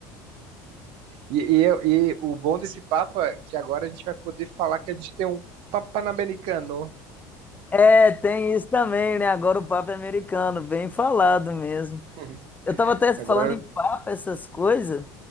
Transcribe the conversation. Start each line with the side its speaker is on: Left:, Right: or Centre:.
Right: E, e, eu- e o bom desse papo é que agora a gente vai poder falar que a gente tem um papo Panamericano. Uhum.
Left: É, tem isso também, né? Agora o papo é americano, bem falado mesmo.
Right: <laughs>
Left: Eu tava até falando
Right: Agora,
Left: em papo, essas coisas.